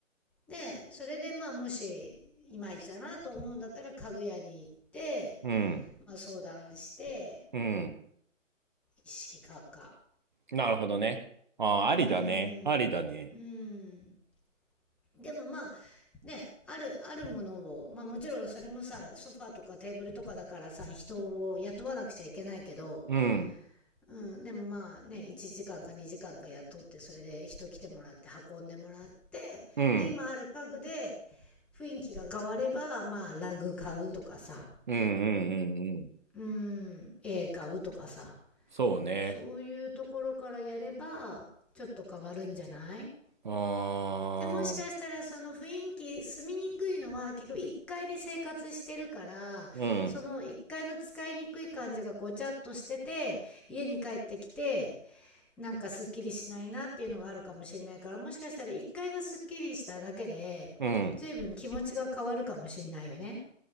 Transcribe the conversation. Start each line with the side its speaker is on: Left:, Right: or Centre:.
Centre: で、それでまあもし、いまいちだなと思うんだったら家具屋に行って、
Right: うん。
Centre: まあ、相談して、
Right: ん
Centre: 意識買うか。
Right: なるほどね。ああ、ありだね。
Centre: うーん。
Right: ありだね。
Centre: うーん。でもまあ、ね、ある、あるものを、まあもちろんそれもさ、ソファーとかテーブルとかだからさ、人を雇わなくちゃいけないけど、
Right: うん、
Centre: うん、でもまあね、1時間か2時間かんか雇って、それで人来てもらって、運んでもらって、
Right: うん、
Centre: で、今ある家具で雰囲気が変われば、まあラグ買うとかさ、
Right: うん、うん、うん。うん
Centre: うん、絵買うとかさ、
Right: そうね。
Centre: そういうところからやればちょっと変わるんじゃない
Right: ああ、
Centre: でもしかしたらその雰囲気住みにくいのは結局1階で生活してるからその1階の使いにくい感じがごちゃっとしてて家に帰ってきて
Right: うん、
Centre: なんかすっきりしないなっていうのがあるかもしれないからもしかしたら1階がすっきりしただけで随分気持ちが変わるかもしれないよね。
Right: うん。